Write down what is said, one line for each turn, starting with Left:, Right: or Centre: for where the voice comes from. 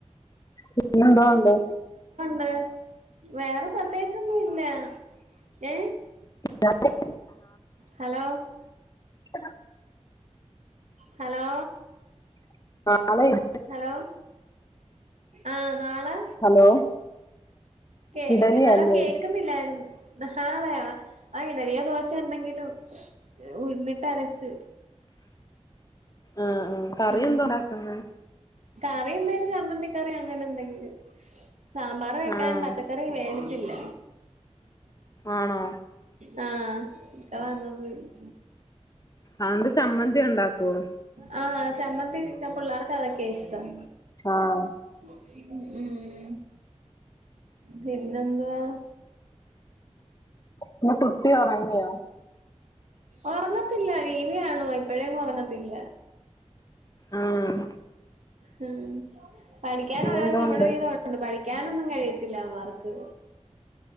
Left: പിന്നെന്തോണ്ട്
Right: തെ വേറെ പ്രെത്തേച്ച് ഒന്നില്ല ഏ
Left: <unintelligible>
Right: ഹലോ
Left: <unintelligible>
Right: ഹലോ
Left: <unintelligible>
Right: ഹലോ ആഹ നാളെ
Left: ഹലോ
Right: കേ
Left: ഇഡലിയല്ലേ
Right: ഹലോ കേക്കുന്നില്ലായിരുന്നു ഹള ചെറിയ ദോശ എന്തെങ്കിലും ഉഴുന്നിട്ട് അരച്ച്
Left: ആ ആ കറി
Right: ഉം
Left: എന്തതു ഉണ്ടാക്കുന്നെ
Right: കറി എന്തെിലും ചമ്പന്തിക്കറി അങ്ങനെ എന്തെങ്കിലും സാമ്പാർ വെക്കാൻ
Left: ആഹ്
Right: പച്ചക്കറി വേടി ഇല്ല
Left: ആണോ
Right: ആ ആ ഇക്ക വന്ന് ഒന്നും
Left: അതുകൊണ്ട് ചമ്മന്തി ഉണ്ടാക്കുവോ
Right: ആ ചമ്മന്തി ച്ചാ പിള്ളാർക്ക് അതെക്കായ ഇഷ്ടം
Left: ആഹ്
Right: മ്മ് പിന്നെന്തുവാ
Left: പിന്നെ കുട്ടി ഉറങ്ങിയോ
Right: ഉറങ്ങത്തില്ല ടിവി കാണുവാ ഇപ്പോഴേന്നും ഉറങ്ങത്തില്ല
Left: ആഹ്
Right: ഉം പഠിക്കാൻ
Left: പിന്നെന്തോ
Right: ഓരോ ചമട്
Left: ഉണ്ട്
Right: വിതം ഉണ്ട് പഠിക്കാനൊന്നും കഴിയല്ല ട്ടില്ലമാർക്ക്